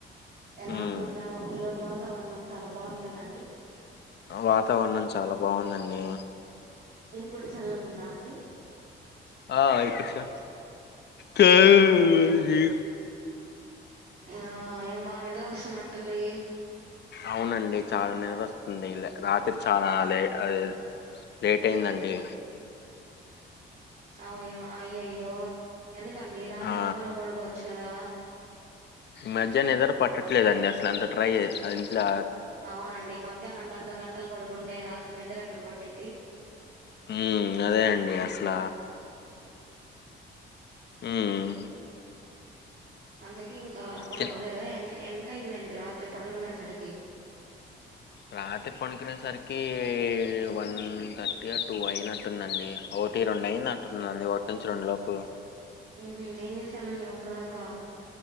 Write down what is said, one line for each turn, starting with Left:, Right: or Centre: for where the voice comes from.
Right: ఎలా
Left: హ్మ్.
Right: ఉంది గ్రామం ఈరోజు వాతావరణం చాలా బాగుంది కదండి.
Left: వాతావరణం చాలా బాగుందండి.
Right: నేను కూడా చల్లగున్న అండి.
Left: ఆ ఇడిపిచ్చిన క్యాబేజీ
Right: ఆ ఏం భ నిద్ర వస్తున్నట్టుంది.
Left: అవునండి చాలా నిద్రవస్తుందిరాత్రి. చాలా లే అది లేట్ అయిందండి.
Right: అవ్ యమ్మ అయ్యోయ్యో ఎందుకండి రాత్రి
Left: ఆ!
Right: తొందరగా పడుకోవచ్చు. కదా
Left: మధ్య నిద్రపట్టట్లేదండి అసలు అంత ట్రై చేసిన ఇంట్ల.
Right: అవునండి మధ్యాహ్నం గంటలు గంటలు పడుకుంటే రాత్రి నిద్ర ఎక్కడ పట్టుది.
Left: ఉం అదే అండి అసల ఉం
Right: అ ఇంకా పడుకోలేదా
Left: తిన్
Right: ఎమి. ఎంత అయిందేంటి రాత్రి పడుకునేసరికి.
Left: రాత్రి పడుకునే సరికి వన్ థర్టీ టూ అయినట్టుందండి ఒకటి రెండు అయింది అట్టుందండి ఒకటి నుంచి రెండు లోపు
Right: ఉంహు ఏం చేశారండి అప్పుటిదాకా